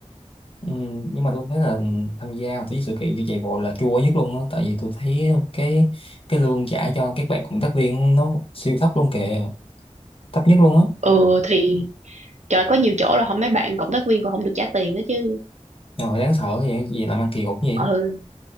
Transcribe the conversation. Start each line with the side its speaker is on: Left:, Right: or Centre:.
Left: Ừ, nhưng mà tôi thấy là tham gia vào cái sự kiện như chạy bộ là chua nhất luôn á tại vì tôi thấy cái cái lương trả cho các bạn cộng tác viên nó siêu thấp luôn kìa thấp nhất luôn á
Right: Ừ thì Trời có nhiều chỗ là không mấy bạn cộng tác viên còn không được trả tiền đó chứ.
Left: rồi đáng sợ vậy gì làm ăn kỳ cục như vậy
Right: Ừ